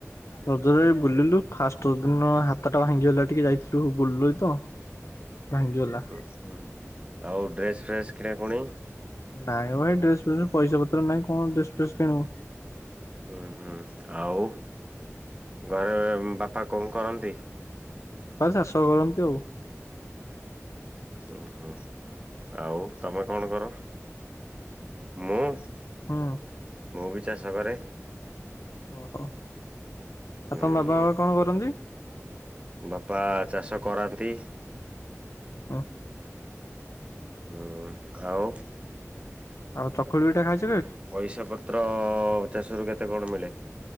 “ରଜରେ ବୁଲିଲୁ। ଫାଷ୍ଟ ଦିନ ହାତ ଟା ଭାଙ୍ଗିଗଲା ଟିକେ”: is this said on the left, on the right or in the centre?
Left